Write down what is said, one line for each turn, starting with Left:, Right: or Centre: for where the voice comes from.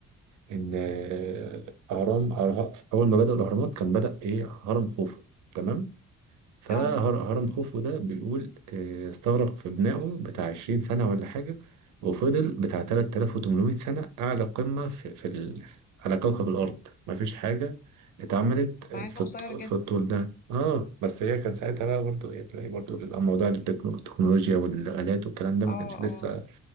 Right: إن آه، أهرام أهرام- أول ما بدأوا الأهرامات كان بدأ ايه هرم خوفو تمام فهرم
Left: اه
Right: خوفو ده بيقول آه، استغرق في بنائه بتاع 20 سنة ولا حاجة وفضل بتاع 3800 سنة أعلى قمة في, في ال... على كوكب الأرض مفيش حاجة اتعملت
Left: مع انه
Right: في الط-
Left: قصير جدا
Right: في الطول ده اه بس هي كان ساعتها بقى برضو ايه تلاقي برضو الموضوع التكنو- التكنولوجيا والآلات والكلام ده ما
Left: اه
Right: كانش لسه
Left: اه